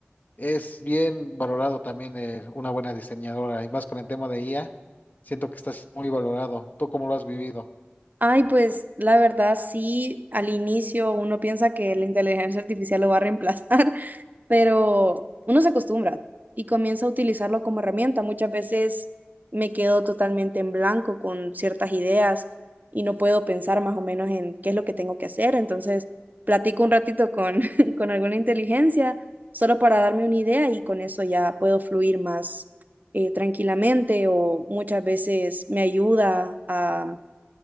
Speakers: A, on the left; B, on the right.
A: Es bien valorado también eh, una buena diseñadora y más con el tema de IA, siento que estás muy valorado. ¿Tú cómo lo has vivido?
B: Ay, pues la verdad sí, al inicio uno piensa que la inteligencia artificial lo va a reemplazar, <laughs> pero uno se acostumbra y comienza a utilizarlo como herramienta. Muchas veces me quedo totalmente en blanco con ciertas ideas y no puedo pensar más o menos en qué es lo que tengo que hacer. Entonces, platico un ratito con, <laughs> con alguna inteligencia solo para darme una idea y con eso ya puedo fluir más eh, tranquilamente o muchas veces me ayuda a